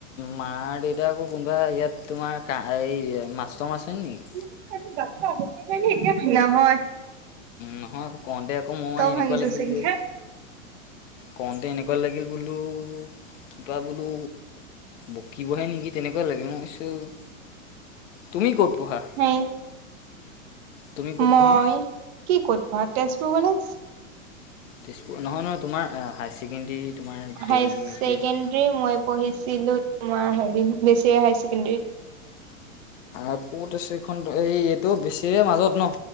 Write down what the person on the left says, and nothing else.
মা দেউতা আকৌ কোনোবা ইয়াত তোমাৰ কা এই মাষ্টৰ মাষ্টৰনী নেকি
নহয় আকৌ কওঁতে আকৌ ম মই
এনেকুৱা
লাগিল
যে কওঁতে এনেকুৱা লাগিল বোলো কিবা বোলো বকিবহে নেকি তেনেকুৱা লাগে মই ভাবিছোঁ তুমি ক'ত পঢ়া
তুমি ক'ত
পঢ়া?
তেজপুৰ নহয় নহয় তোমাৰ হায়াৰ ছেকেণ্ডেৰী তোমাৰ
টেন মেট্ৰিক
আকৌ চেকখন এই এইটো বেছিৰি মাজত ন